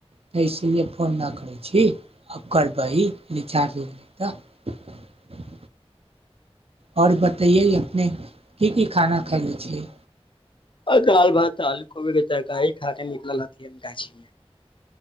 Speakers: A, on the right; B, on the left.
A: तऽ इसीलिए फोन न कर छी छी आ करबही रिचार्ज हैते तऽ आओर बतैयै अपने की की खाना खले छियै
B: दाल भातऽ आलू कोबी के तरकारी खा कऽ निकलल ह गाछीमे